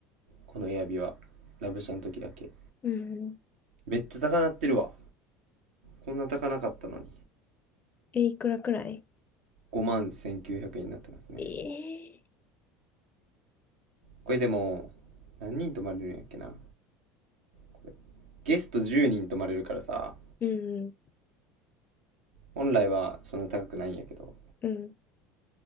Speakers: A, on the right; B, on the left.
A: このエアビは。ラブシャの時だけ。
B: うん。
A: めっちゃ高なってるわ。こんな高なかったのに。
B: え、いくらくらい
A: 5万1900円になってますね。
B: ええ
A: これでも、何人泊まれるんやっけな。これ。ゲスト10人泊まれるからさ、
B: うん、
A: 本来はそんな高くないんやけど。
B: うん。